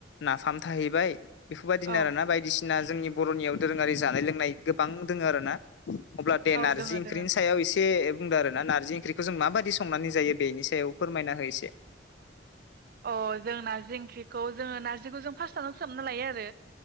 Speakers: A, on the left; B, on the right.
A: नाफाम थाहैबाय बेफोरबायदिनो
B: औ
A: आरोना बायदिसिना जोंनि बर'नियाव दोरोङारि जानाय लोंनाय गोबां दों आरो ना। अब्ला दे
B: औ
A: नारजि
B: दोङो
A: ओंख्रिनि
B: दोङो
A: सायाव एसे बुंदों आरो ना नारजि ओंख्रिखौ जों माबाददि संनानै जायो बेनि सायाव फोरमायना होय एसे।
B: अ जों नारजि ओंख्रिखौ जोंङो नारजिखौ जों फार्स्टआवनो सोमना लायो आरो